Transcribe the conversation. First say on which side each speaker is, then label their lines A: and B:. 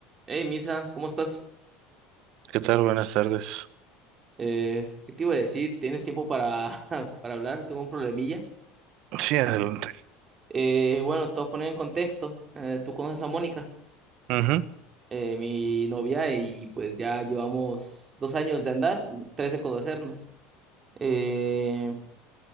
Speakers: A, on the right (about 30°); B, on the right (about 65°).
A: Hey, Misa, ¿cómo estás?
B: ¿Qué tal? Buenas tardes.
A: Eh, ¿qué te iba a decir? ¿Tienes tiempo para, <laughs> para hablar? Tengo un problemilla.
B: Sí, adelante.
A: Eh, bueno, te voy a poner en contexto. Eh, tú conoces a Mónica,
B: Ujú,
A: eh, mi novia, y pues ya llevamos dos años de andar, tres de conocernos. Eh,